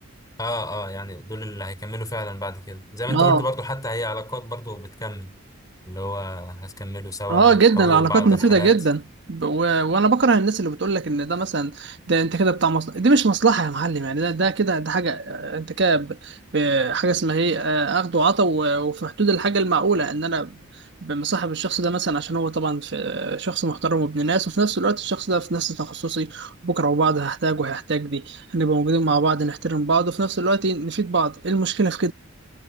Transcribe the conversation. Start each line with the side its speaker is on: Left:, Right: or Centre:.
Left: اه اه يعني دول اللي هيكملوا فعلا بعد كده زي ما
Right: اه
Left: انت قلت برضو حتى هي علاقات برضو بتكمل اللي هو هتكملوا سوا
Right: اه جدا
Left: هتحولوا
Right: العلاقات
Left: لبعض
Right: مفيدة
Left: الحالات
Right: جدا ب- و... وانا بكره الناس اللي بتقول لك ان ده مثلا ده انت كده بتاع مصلحة دي مش مصلحة يا معلم يعني ده ده كده ده حاجة آه، انت كده ب... ب- حاجة اسمها ايه آه، اخد وعطا و... وفي حدود الحاجة المعقولة ان انا ب- مصاحب الشخص ده مثلا عشان هو طبعا في آه، شخص محترم وابن ناس وفي نفس الوقت الشخص ده في نفس تخصصي بكره وبعض هحتاج وهيحتاج دي هنبقى موجودين مع بعض نحترم بعض وفي نفس الوقت نفيد بعض ايه المشكلة في